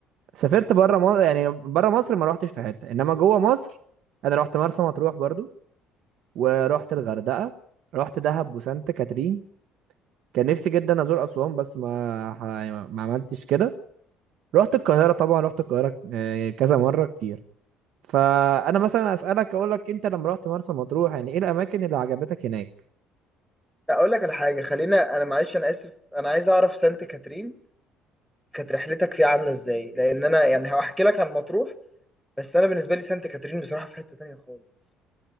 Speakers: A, on the right; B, in the centre.
A: سافرت بره مصر يعني بره مصر ما رحتش في حته انما جوه مصر انا رحت مرسى مطروح برضو ورحت الغردقه رحت دهب وسانت كاترين كان نفسي جدا ازور اسوان بس ما ما عملتش كده رحت القاهرة طبعا رحت القاهرة آه، كذا مرة كتير فأنا مثلا أسألك أقول لك أنت لما رحت مرسى مطروح يعني إيه الأماكن اللي عجبتك هناك؟
B: لا أقول لك على حاجة خلينا أنا معلش أنا آسف أنا عايز أعرف سانت كاترين كانت رحلتك فيها عاملة إزاي لأن أنا يعني هحكي لك عن مطروح بس أنا بالنسبة لي سانت كاترين بصراحة في حتة تانية خالص